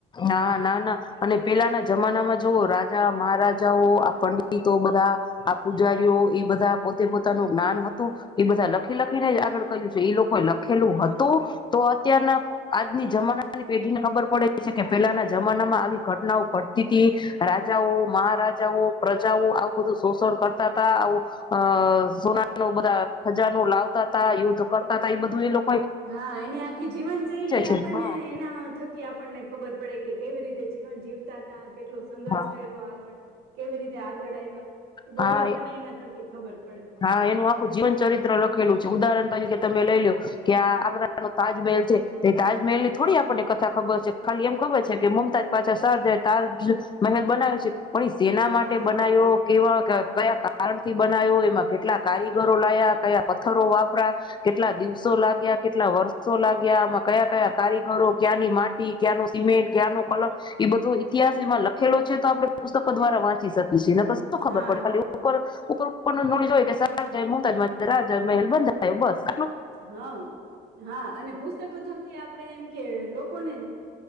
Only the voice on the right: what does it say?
હા એને આખી જીવન શૈલી
આપણને
એના થકી આપણને ખબર પડે કે કેવી રીતે જીવન જીવતા તા કેટલુ સંઘર્ષ
કયરો આગળ કેવી રીતે આગળ આયવા તે
બધું આપણને એમના થકી ખબર પડે
હા
હા
હા
હા-હા અને પુસ પુસ્તકો થકી આપડે એમ કે લોકોને